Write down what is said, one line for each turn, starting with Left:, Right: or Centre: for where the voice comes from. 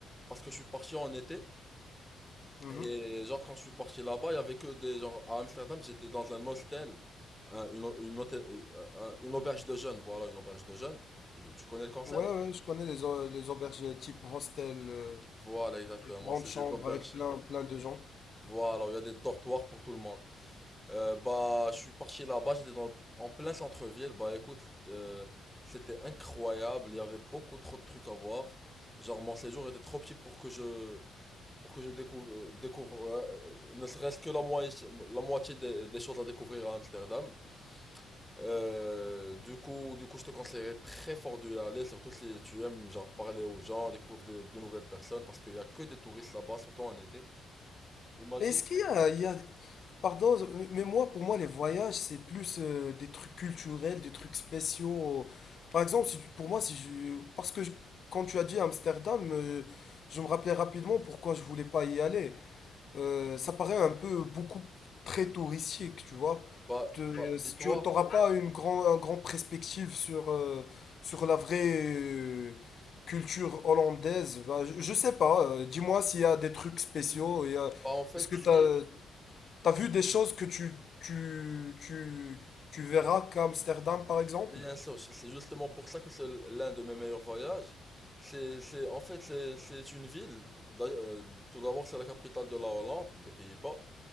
Centre: Parce que je suis parti en été.
Left: Mhm.
Centre: Et genre quand je suis parti là-bas, il y avait que des genre à Amsterdam, j'étais dans un hostel, un- une, une, hôtel- euh, un- une auberge de jeunes, voilà, une auberge de jeunes. Je- tu connais le concept?
Left: Ouais, ouais, je connais les, au- les auberges type hostel, euh,
Centre: Voilà, exactement,
Left: les grandes
Centre: c'est des auberges.
Left: avec plein, plein de gens.
Centre: Voilà, il y a des dortoirs pour tout le monde. Euh, bah, je suis parti là-bas, j'étais dans en plein centre-ville. Bah, écoute, euh, c'était incroyable. Il y avait beaucoup trop de trucs à voir. Genre, mon séjour était trop petit pour que je pour que je découvre, découvre euh, ne serait-ce que la moitié, la moitié des, des choses à découvrir à Amsterdam. Euh, du coup, du coup, je te conseillerais très fort d'y aller, surtout si tu aimes genre parler aux gens, découvrir de, de nouvelles personnes, parce qu'il y a que des touristes là-bas, surtout en été. Imagine.
Left: Mais est-ce qu'il y a, il y a- Pardon, mais mais moi, pour moi, les voyages, c'est plus euh, des trucs culturels, des trucs spéciaux. Par exemple, si tu- pour moi, si je... Parce que je- quand tu as dit Amsterdam, euh, je me rappelais rapidement pourquoi je voulais pas y aller. Euh, ça paraît un peu beaucoup très touristique, tu vois.
Centre: Bah,
Left: Te-
Centre: bah, dis-toi,
Left: si tu n'auras pas une grand, un grand perspective sur, euh, sur la vraie euh, culture hollandaise, bah, je, je sais pas. euh, dis-moi s'il y a des trucs spéciaux. et, euh,
Centre: bah en fait,
Left: Est-ce que
Centre: si,
Left: t'as, T'as vu des choses que tu, tu, tu, tu verras qu'à Amsterdam, par exemple?
Centre: bien sûr, c'est c'est justement pour ça que c'est l'un de mes meilleurs voyages. C'est, c'est, en fait, c'est, c'est une ville. D'ailleurs, euh, tout d'abord, c'est la capitale de la Hollande, des Pays-Bas.